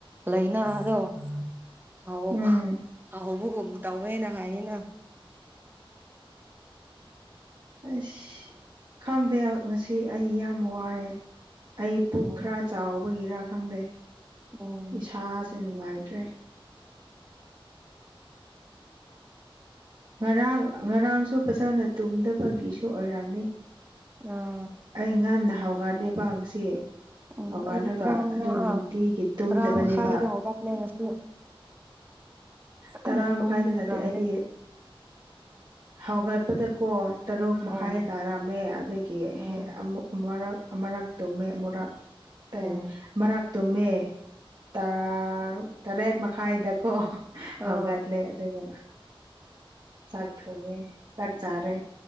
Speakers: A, on the right; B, on the right.
A: ꯂꯩꯅꯥꯗꯣ ꯍꯧ
B: ꯎꯝ
A: ꯍꯧꯕꯒꯨꯝ ꯇꯧꯋꯦꯅ ꯍꯥꯏꯌꯦꯅ
B: ꯑꯁ ꯈꯪꯗꯦ ꯉꯁꯤ ꯑꯩ ꯌꯥꯝ ꯋꯥꯏꯑꯦ ꯑꯩ ꯄꯨꯛ
A: ꯎꯝ
B: ꯈꯔ ꯆꯥꯎꯕꯒꯤꯔꯥ ꯈꯪꯗꯦ
A: ꯎꯝ
B: ꯏꯁꯥꯁꯦ ꯅꯨꯡꯉꯥꯏꯇ꯭ꯔꯦ ꯉꯔꯥꯡ ꯉꯔꯥꯡꯁꯨ ꯐꯖꯅ ꯇꯨꯝꯗꯕꯒꯤꯁꯨ ꯑꯣꯏꯔꯝꯅꯤ
A: ꯑꯥ
B: ꯑꯩ ꯉꯥꯟꯅ ꯍꯥꯎꯒꯠꯂꯦꯕ ꯉꯁꯤ
A: ꯎꯝ
B: ꯍꯧꯒꯠꯂꯒ
A: ꯑꯩꯗꯤ ꯇꯔꯥꯃꯉꯥ
B: ꯑꯗꯨꯝ ꯅꯨꯡꯇꯤꯒꯤ ꯇꯨꯝꯗꯕꯅꯦꯕ
A: ꯇꯔꯥ ꯃꯈꯥꯏꯗ ꯍꯧꯒꯠꯂꯦ ꯉꯁꯤ ꯆꯥꯅ
B: ꯇꯔꯥ ꯃꯈꯥꯏꯗ
A: ꯇꯨꯝꯈ꯭ꯔꯕꯅꯦ
B: ꯅꯠꯇꯦ ꯑꯩꯗꯤ ꯍꯧꯒꯠꯄꯗꯀꯣ ꯇꯔꯨꯛ ꯃꯈꯥꯏ
A: ꯎꯝ
B: ꯇꯥꯔꯝꯃꯦ ꯑꯗꯨ ꯀꯤ
A: ꯎꯝ
B: ꯍꯦꯛ ꯑꯃꯨꯛ ꯃꯔꯛ ꯑꯃꯔꯥꯛ ꯇꯨꯝꯃꯦ ꯑꯃꯨꯔꯥꯛ ꯇꯩ
A: ꯎꯝ
B: ꯃꯔꯛ ꯇꯨꯝꯃꯦ ꯇꯔꯨꯛ ꯇꯔꯦꯠ ꯃꯈꯥꯏꯗꯀꯣ ꯍꯧꯒꯠꯂꯦ
A: ꯑꯥ
B: ꯑꯗꯨꯒ ꯆꯥꯛ ꯊꯣꯡꯉꯦ ꯆꯥꯛ ꯆꯥꯔꯦ